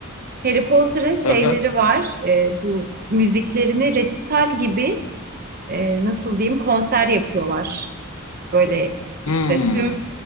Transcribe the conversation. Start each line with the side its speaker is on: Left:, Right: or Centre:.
Right: Harry Potter'ın şeyleri
Left: Hı hı.
Right: var. E, bu müziklerini resital gibi e, nasıl diyeyim konser yapıyorlar. Böyle işte
Left: Hmm,
Right: tüm